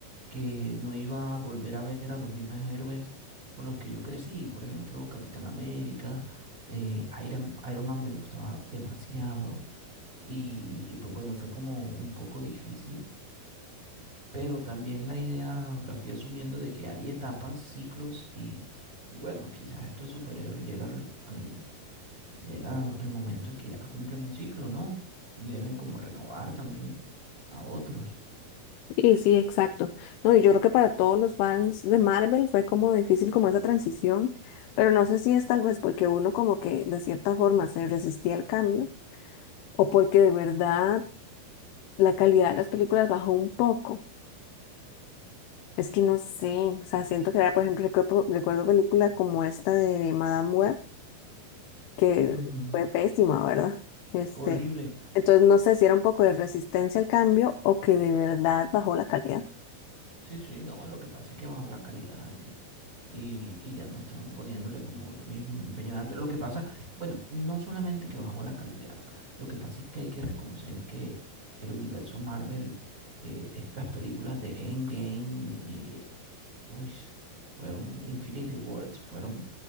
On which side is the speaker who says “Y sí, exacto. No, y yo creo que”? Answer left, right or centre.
Left